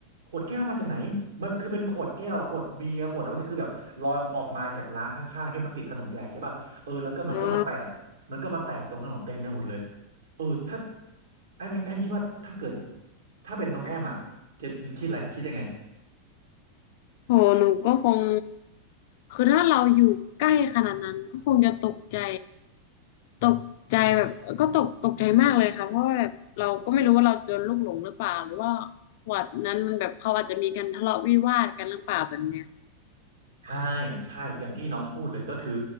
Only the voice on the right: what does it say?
ขวดแก้วมาจากไหนมันคือเป็นขวดแก้วขวดเบียร์ขวดแล้วเนี่ยคือแบบลอยออกมาจากร้านข้างๆที่มันติดถนนใหญ่ใช่ป่ะเออแล้วก็มันก็มาแตกมันก็มาแตกตรงถนนเต็มไปหมดเลย
เออถ้าไอ้แม่ไอ้คิดว่าถ้าเกิดถ้าเป็นน้องแอมอ่ะจะคิดอะไรคิดยังไง
ใช่ใช่อย่างที่น้องพูดเลยก็คือ